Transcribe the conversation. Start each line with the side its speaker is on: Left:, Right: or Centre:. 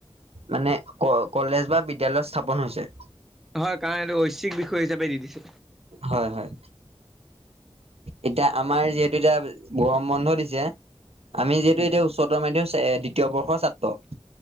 Right: মানে ক কলেজ বা বিদ্য়ালয় স্থাপন হৈছে।
Centre: হয় কাৰণ এইটো ঐচ্ছিক বিষয় হিচাপে দি দিছে।
Right: হয় - হয়। এতিয়া আমাৰ যিহেতু এতিয়া গৰম বন্ধ দিছে। আমি যিহেতু এতিয়া উচ্চতৰ মাধয়মিক দ্বিতীয় বৰ্ষৰ ছাত্ৰ